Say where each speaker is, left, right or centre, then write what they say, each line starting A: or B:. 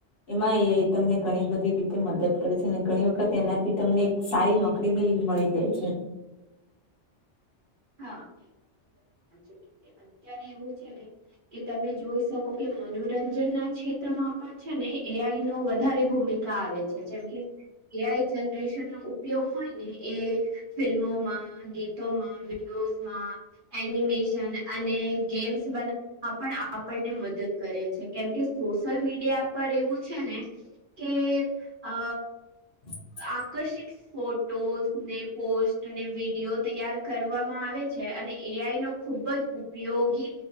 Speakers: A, on the left (about 55°); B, on the right (about 45°).
A: એમાં એ આઈ તમને ઘણી બધી રીતે મદદ ઘણી વખત એનાથી તમને એક સારી નોકરી બી મળી જાય છે.
B: હા એ વાત તો તમે સાચી કીધી અત્યારે એવું છે ને. કે તમે જોઈ શકો કે મનોરંજનના ક્ષેત્રમાં પણ છે ને એઆઈ નો વધારે ભૂમિ કા આવે છે જેમ કે એઆઈ જનરેશનનો ઉ ઉપયોગ હોય ને એ ફિલ્મોમાં, ગીતોમાં, વિડીયોઝમાં એનિમેશન અને ગેમ્સ બના હા પણ આપણને મદદ કરે છે કેમ કે સોશિયલ મીડિયા પર એવું છે ને કે અ
A: <inaudible>
B: આકર્ષિત ફોટોઝ આ ને પોસ્ટને વિડીયો તૈયાર કરવામાં આવે છે અને એઆઈનો ખુબ જ ઉપયોગી